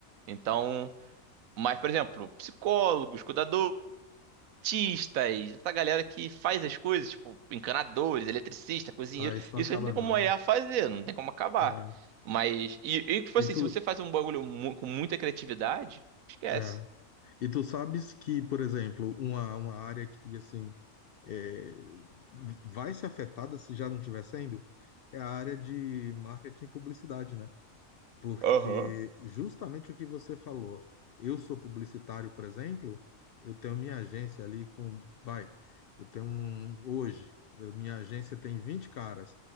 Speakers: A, on the right; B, on the left.
A: Então. Mas, por exemplo, psicólogos, cuidadores, artistas, essa galera que faz as coisas, tipo encanadores, eletricista, cozinheiro,
B: Ah, isso não
A: isso
B: acaba
A: aí não tem
B: não.
A: como a IA fazer, não tem como acabar.
B: É.
A: Mas, e, e tipo assim,
B: E tu,
A: se você faz um bagulho mu- com muita criatividade, esquece.
B: é. E tu sabes que, por exemplo, uma, uma área que, assim, é, vai ser afetada se já não estiver sendo, é a área de marketing e publicidade, né? Porque
A: Aham.
B: justamente o que você falou, eu sou publicitário, por exemplo, eu tenho minha agência ali com, vai, eu tenho um, hoje, eu- minha agência tem 20 caras,